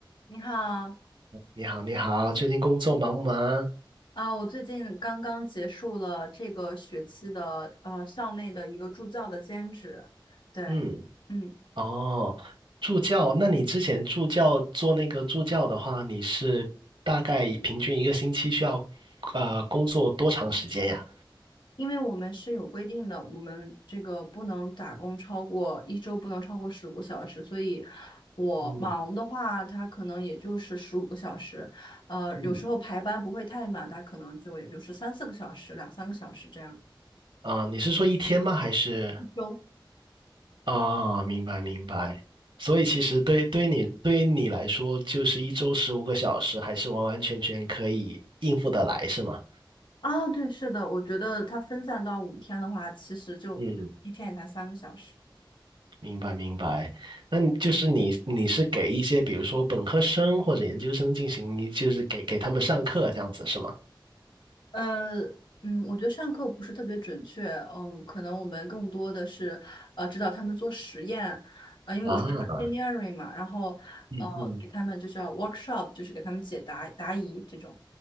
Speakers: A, on the left; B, on the right.
A: 你好，
B: 你好，你好，最近工作忙不忙？
A: 啊，我最近刚刚结束了这个学期的呃校内的一个助教的兼职，对，
B: 嗯，
A: 嗯，
B: 哦，助教，那你之前助教做那个助教的话，你是大概平均一个星期需要呃工作多长时间呀？
A: 因为我们是有规定的，我们这个不能打工超过一周不能超过十五个小时，所以我忙的话，
B: 嗯
A: 它可能也就是十五个小时，呃，
B: 嗯，
A: 有时候排班不会太满，它可能就也就是三四个小时、两三个小时这样。
B: 啊，你是说一天吗？还是
A: 一周
B: 啊，明白明白。所以其实对对你对于你来说，就是一周十五个小时，还是完完全全可以应付得来，是吗？
A: 啊，对，是的，我觉得它分散到五天的话，其实就一天也才三个小时。
B: 嗯明白明白，那你就是你你是给一些比如说本科生或者研究生进行一，你就是给给他们上课这样子是吗？
A: 呃，嗯，我觉得上课不是特别准确，嗯，可能我们更多的是，呃，指导他们做实验，啊，因为我是
B: 啊，
A: engineering 嘛，然后，
B: 嗯嗯
A: 呃，给他们就是要 workshop，就是给他们解答答疑这种。